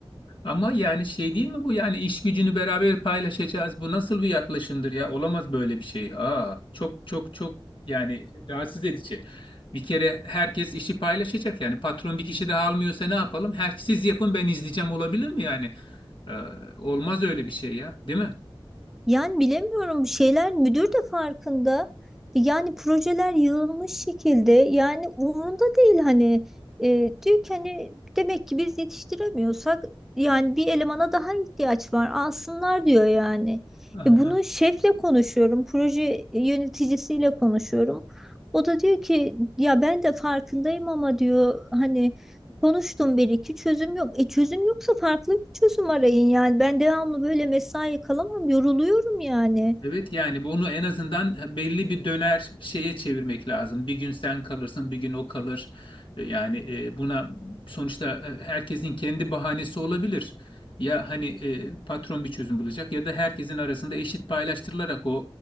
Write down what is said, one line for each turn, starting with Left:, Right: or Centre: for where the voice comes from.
Left: Ama yani şey değil mi bu? Yani iş gücünü beraber paylaşacağız. Bu nasıl bir yaklaşımdır ya? Olamaz böyle bir şey. Aa, çok çok çok yani rahatsız edici. Bir kere herkes işi paylaşacak. Yani patron bir kişi daha almıyorsa ne yapalım? Her siz yapın ben izleyeceğim olabilir mi yani? Ee, olmaz öyle bir şey ya, değil mi?
Centre: Yani bilemiyorum şeyler müdür de farkında. Yani projeler yığılmış şekilde yani umurunda değil hani e, diyor ki hani demek ki biz yetiştiremiyorsak yani bir elemana daha ihtiyaç var alsınlar diyor yani.
Left: Aha.
Centre: E, bunu şefle konuşuyorum proje yöneticisiyle konuşuyorum. O da diyor ki ya ben de farkındayım ama diyor hani Konuştum bir iki çözüm yok. E çözüm yoksa farklı bir çözüm arayın yani. Ben devamlı böyle mesai kalamam, yoruluyorum yani.
Left: Evet yani bunu en azından belli bir döner şeye çevirmek lazım. Bir gün sen kalırsın, bir gün o kalır. E, Yani e, buna sonuçta e, herkesin kendi bahanesi olabilir. Ya hani e, patron bir çözüm bulacak ya da herkesin arasında eşit paylaştırılarak o,